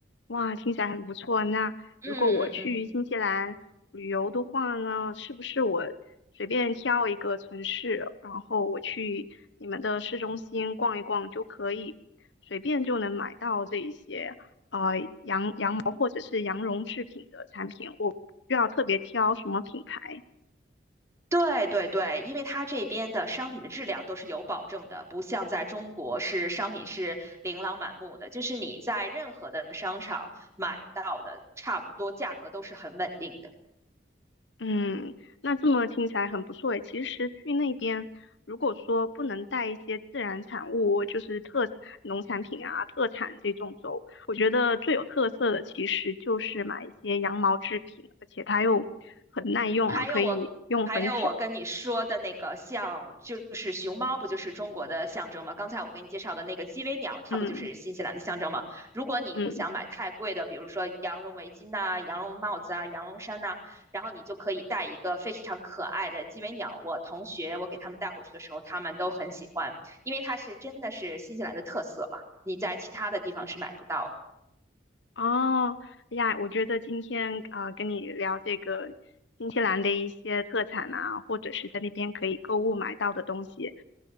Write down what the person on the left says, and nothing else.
哇，
听起来很不错。那如果我去新西兰旅游的话呢，
是不是我随便挑一个城市，然后我去你们的市中心逛一逛就可以，随便就能买到这一些呃羊羊毛或者是羊绒制品的产品，我不需要特别挑什么品牌。
嗯，那这么听起来很不错诶。其实去那边，如果说不能带一些自然产物，就是特农产品啊、特产这种走，我觉得最有特色的其实就是买一些羊毛制品，而且它又很耐用哦，
可以用很久。
嗯
嗯，
哦，哎呀，我觉得今天啊、呃跟你聊这个新西兰的一些特产啊，或者是在那边可以购物买到的东西。